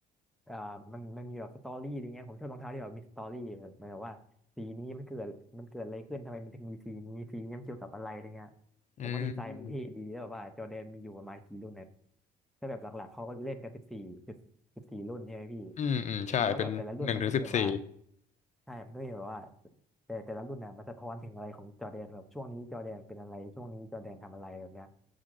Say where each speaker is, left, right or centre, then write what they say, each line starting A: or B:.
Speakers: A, in the centre; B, on the left.
A: อ่ามันมันมีแบบสตอรี่อะไรเงี้ยผมชอบรองเท้าที่แบบมีสตอรี่แบบหมายความว่าสีนี้มันเกิดมันเกิดอะไรขึ้นทำไมมันถึงมีสีนี้สีนี้มันเกี่ยวกับอะไรอะไรเงี้ย
B: อืม
A: ผมว่าดีไซน์มันเท่ดีแล้วแบบว่าจอร์แดนมีอยู่ประมาณกี่รุ่นเนยถ้าแบบหลักๆเขาก็เล่นกันสิบสี่สิบสิบสี่รุ่นใช่ไหมพี่
B: อืมอืมใช่เป็นหนึ่งถึงสิบสี่
A: แล้วแบบแต่ละรุ่นมันก็มีแบบว่าใช่มันก็มีแบบว่าแต่แต่ละรุ่นน่ะมันสะท้อนถึงอะไรของจอร์แดนแบบช่วงนี้จอร์แดนเป็นอะไรช่วงนี้จอร์แดนทำอะไรแบบเนี้ย